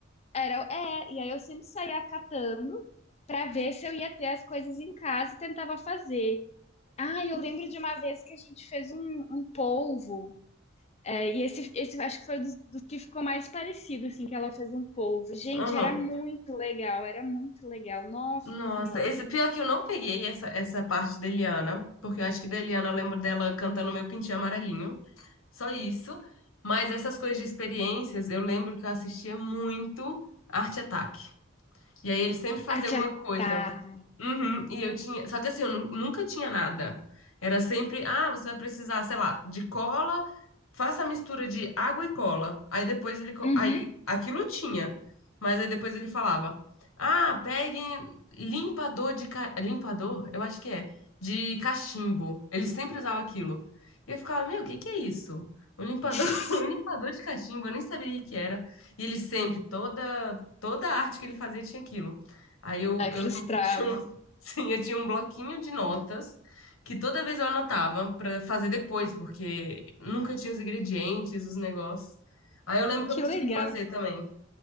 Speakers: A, on the left (about 30°); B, on the left (about 85°).
A: era, é, e aí eu sempre saía catando para ver se eu ia ter as coisas em casa e tentava fazer. Ah, eu lembro de uma vez que a gente fez um, um polvo. é, e esse, esse eu acho que foi dos, dos que ficou mais parecido, assim, que ela fez um polvo. Gente,
B: Aham.
A: era muito legal, era muito legal. Nossa
B: Nossa,
A: Senhora.
B: esse pior que eu não peguei essa, essa parte da Eliana, porque eu acho que da Eliana eu lembro dela cantando Meu Pintinho Amarelinho, só isso. Mas essas coisas de experiências, eu lembro que eu assistia muito Arte Ataque. E aí ele sempre fazia
A: A tia
B: alguma coisa.
A: tá.
B: Uhum, e eu tinha. Só que assim, eu nu- nunca tinha nada. Era sempre, ah, você vai precisar, sei lá, de cola, faça a mistura de água e cola. Aí depois ele. co-
A: Uhum.
B: Aí aquilo tinha. Mas aí depois ele falava, ah, pegue limpador de. ca- Limpador? Eu acho que é. De cachimbo. Ele sempre usava aquilo. E eu ficava, meu, o que que é isso? Um limpador,
A: <laughs>
B: <laughs> um limpador de cachimbo, eu nem sabia o que era. E ele sempre, toda, toda a arte que ele fazia tinha aquilo. Aí eu,
A: Ai,
B: eu
A: frustrava.
B: lembro que tinha um Sim, eu tinha um bloquinho de notas que toda vez eu anotava pra fazer depois, porque nunca tinha os ingredientes, os negócios. Aí eu lembro que
A: Que
B: eu consegui
A: legal.
B: fazer também,